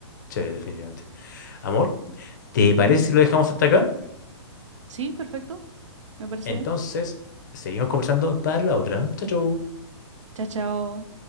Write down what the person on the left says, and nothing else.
Sí, definitivamente. Amor,
¿te parece
si lo dejamos hasta acá?
Entonces,
seguimos conversando para la otra. Chau, chau.